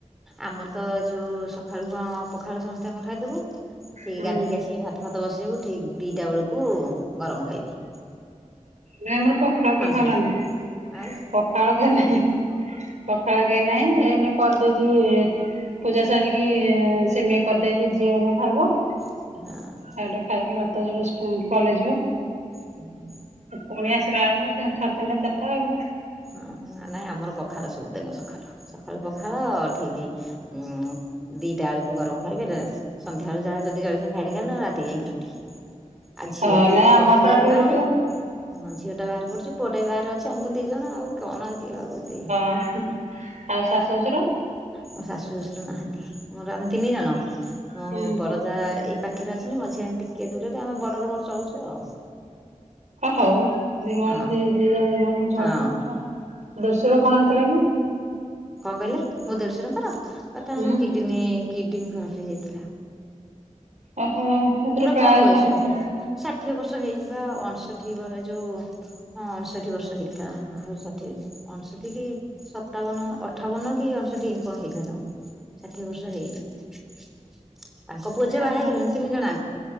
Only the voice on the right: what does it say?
ହୁଁ
ନାଇଁ ଆମର ପଖାଳ କେହି ଖାଉନାହାନ୍ତି।
ପଖାଳ କେ ନାହିଁ, ପଖାଳ କେ ନାହିଁ, ଏଇନେ କରିଦେଇଚି ପୂଜା ସାରିକି, ସେମେଇ କରିଦେଇଚି, ଝିଅ ଏଇନା ଖାଇବ।
ହେଟୁ ଖାଇକି ଭାତ ଯିବ, ସ୍କୁ କଲେଜ ଯିବ।
ପୁଣି ଆସିଲା ବେଳକୁ, ସାଢ଼େ ତିନିଟା, ଚାରିଟା ଆଉ
ଅ
ନାଇଁ
ଆମର
ରାତିକି
ରୁଟି
ହ। ଆଉ ଶାଶୁ ଶ୍ୱଶୁର?
ହୁଁ
ଓ ହଉ ଦୀଭଣୀ
ଦି ଦି ଜା ଦୀ ଭଣୀ ଚଳିବ
ଆ <unintelligible> କଣ ହେଇଥିଲା କି?
ହୁଁ
ଓହୋ। ଏଥିରେ
ପ୍ରାୟ
ସମ
ଓହୋ